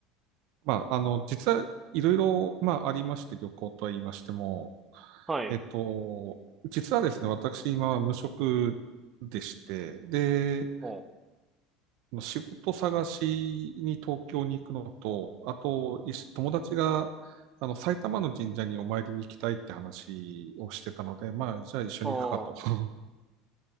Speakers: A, on the right; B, on the right.
A: まあ、あの、実はいろいろ、まあ、ありまして、旅行とは言いましても、
B: はい。
A: えっと、実はですね、私今は無職でして、で、
B: お、
A: 仕事探しに東京に行くのと、あと、いし友達が、あの、埼玉の神社にお参りに行きたいって話をしてたので、まあ、じゃあ一緒に行くかと。
B: ああ、
A: <laughs>